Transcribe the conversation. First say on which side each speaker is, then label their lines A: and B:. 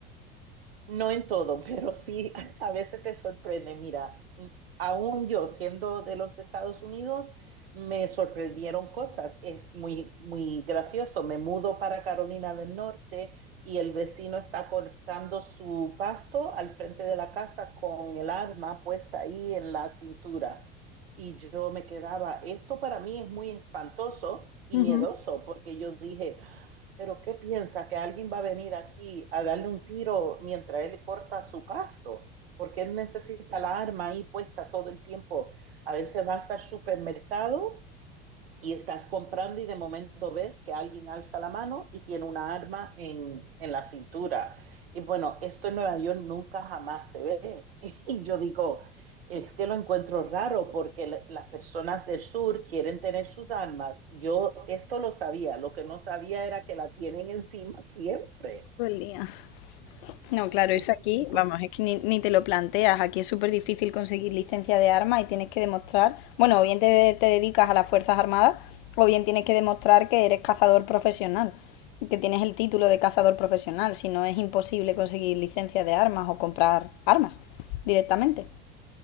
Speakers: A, on the right; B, on the left.
A: No en todo, pero sí <laughs> a veces te sorprende. Mira, mm, aún yo siendo de los Estados Unidos, me sorprendieron cosas. Es muy, muy gracioso. Me mudo para Carolina del Norte y el vecino está cortando su pasto al frente de la casa con el arma puesta ahí en la cintura. Y yo me quedaba, esto para mí es muy espantoso y
B: Ujú,
A: miedoso, porque yo dije pero ¿qué piensa? ¿Que alguien va a venir aquí a darle un tiro mientras él corta su pasto? Porque él necesita la arma ahí puesta todo el tiempo. A veces vas al supermercado y estás comprando y de momento ves que alguien alza la mano y tiene una arma en, en la cintura. Y bueno, esto en Nueva York nunca jamás se ve. <laughs> Y yo digo, es que lo encuentro raro porque la- las personas del sur quieren tener sus armas. Yo esto lo sabía, lo que no sabía era que la tienen encima siempre.
B: Todo el día. No, claro,
A: Es
B: eso aquí,
A: un poco
B: vamos, es que ni, ni te lo planteas. Aquí es súper difícil conseguir licencia de armas y tienes que demostrar, bueno, o bien te, te dedicas a las Fuerzas Armadas, o bien tienes que demostrar que eres cazador profesional, que tienes el título de cazador profesional, si no es imposible conseguir licencia de armas o comprar armas directamente.